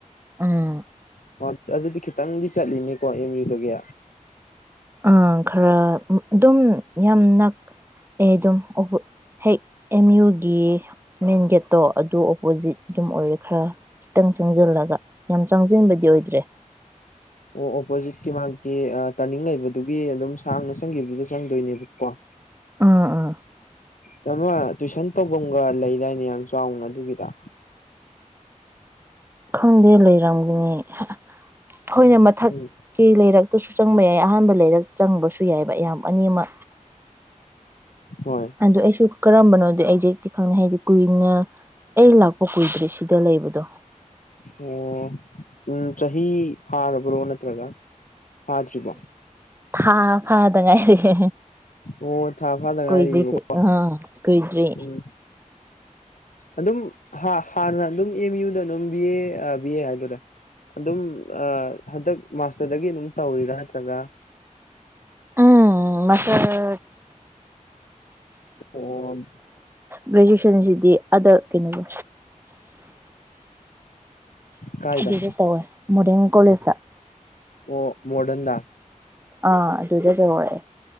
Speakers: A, on the right; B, on the left.
A: ꯎꯝ
B: ꯑꯣ ꯑꯗꯨꯗꯤ ꯈꯤꯇꯪꯗꯤ ꯆꯠꯂꯤꯅꯤꯀꯣ ꯑꯦꯝ ꯌꯨꯗꯒꯤ
A: ꯑ ꯈꯔ ꯑꯗꯨꯝ ꯌꯥꯝ ꯑꯩ ꯑꯗꯨꯝ ꯍꯦꯛ ꯑꯦꯝ ꯌꯨꯒꯤ ꯃꯦꯟ ꯒꯦꯠ ꯇꯣ ꯑꯗꯨ ꯑꯣꯄꯣꯖꯤꯠ ꯑꯗꯨꯝ ꯑꯣꯏꯔ ꯈꯔ ꯈꯤꯇꯪ ꯆꯪꯁꯤꯜꯂꯒ ꯌꯥꯝ ꯆꯪꯁꯤꯟꯕꯗꯤ ꯑꯣꯏꯗ꯭ꯔꯦ
B: ꯑꯣ ꯑꯣꯄꯣꯖꯤꯠꯀꯤ ꯃꯥꯒꯤ ꯇꯔꯅꯤꯡ ꯂꯩꯕꯗꯨꯒꯤ ꯑꯗꯨꯝ ꯁꯥꯡꯅ ꯆꯪꯈꯤꯕꯗꯨꯗ ꯆꯪꯗꯣꯏꯅꯦꯕꯀꯣ
A: ꯑ ꯑꯥ
B: ꯇꯃ ꯇꯨꯏꯁꯟ ꯇꯧꯐꯝꯒ ꯂꯩꯗꯥꯏꯅꯦ ꯌꯥꯝ ꯆꯥꯎꯅ ꯑꯗꯨꯒꯤꯗ
A: ꯈꯪꯗꯦ ꯂꯩꯔꯝꯒꯅꯤ ꯑꯩꯈꯣꯏꯅ ꯃꯊꯛꯀꯤ
B: ꯎꯝ
A: ꯂꯩꯔꯛꯇꯁꯨ ꯆꯪꯕ ꯌꯥꯏ ꯑꯍꯥꯟꯕ ꯂꯩꯔꯛꯇ ꯆꯪꯕꯁꯨ ꯌꯥꯏꯑꯕ ꯌꯥꯝꯌꯥꯝ ꯑꯅꯤ ꯑꯃ
B: ꯍꯣꯏ
A: ꯑꯗꯨ ꯑꯩꯁꯨ ꯀꯔꯝꯕꯅꯣꯗꯤ ꯑꯩꯁꯦꯛꯇꯤ ꯈꯪꯅꯩ ꯍꯥꯏꯗꯤ ꯀꯨꯏꯅ ꯑꯩ ꯂꯥꯛꯄ ꯀꯨꯏꯗ꯭ꯔꯦ ꯁꯤꯗ ꯂꯩꯕꯗꯣ
B: ꯑꯣ ꯎꯝ ꯆꯍꯤ ꯐꯥꯔꯕ꯭ꯔꯣ ꯅꯠꯇ꯭ꯔꯒ ꯐꯥꯗ꯭ꯔꯤꯕꯣ
A: ꯊꯥ ꯐꯥꯗ ꯉꯥꯏꯔꯤ
B: ꯑꯣ ꯊꯥ ꯐꯥꯗ ꯉꯥꯏꯔꯕꯀꯣ
A: ꯀꯨꯏꯗ꯭ꯔꯤ ꯀꯨꯏ ꯑꯥ ꯀꯨꯏꯗ꯭ꯔꯤ
B: ꯎꯝ ꯑꯗꯨꯝ ꯍꯥꯟꯅ ꯑꯗꯨꯝ ꯑꯦꯝ ꯌꯨꯗ ꯑꯗꯨꯝ ꯕꯤ ꯑꯦ ꯕꯤ ꯑꯦ ꯍꯥꯏꯗꯔꯦ ꯑꯗꯨꯝ ꯍꯟꯗꯛ ꯃꯥꯔꯁꯇꯗꯒꯤ ꯑꯗꯨꯝ ꯇꯧꯔꯤꯔꯥ ꯅꯠꯇ꯭ꯔꯒ
A: ꯎꯝ ꯃꯦ ꯀꯣꯂꯦꯖ
B: ꯑꯣ
A: ꯒ꯭ꯔꯦꯖꯨꯦꯁꯟꯁꯤꯗꯤ ꯑꯗꯛ ꯀꯩꯅꯣꯕꯨ
B: ꯀꯥꯏꯗ
A: ꯑꯗꯨꯗꯤ ꯇꯧꯋꯦ ꯃꯣꯔꯡ ꯀꯣꯂꯦꯖ <unintelligible>
B: ꯑꯣ ꯃꯣꯗꯔꯟꯗ
A: ꯑꯥ ꯑꯗꯨꯔꯗꯣꯡꯂꯦ